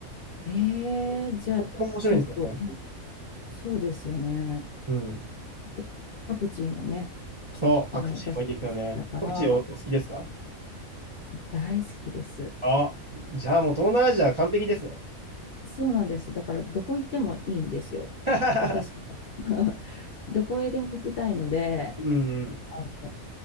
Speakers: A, on the left (about 60°); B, on the right (about 35°).
A: えー、
B: そうそこも面白いんですよね。
A: じゃあ、ちょっと、そうですよね。
B: うん。
A: で、パクチーもね、
B: そう、
A: あの、
B: パクチーもいいですよね。
A: 私大好きだから、
B: パクチーお、お好きですか
A: 大好きです。
B: あ、じゃあもう東南アジア完璧ですね。
A: そうなんです。だからどこ行ってもいいんですよ。
B: <laughs>
A: 私は。<laughs> どこへでも行きたいので、
B: うん、うん。
A: あの、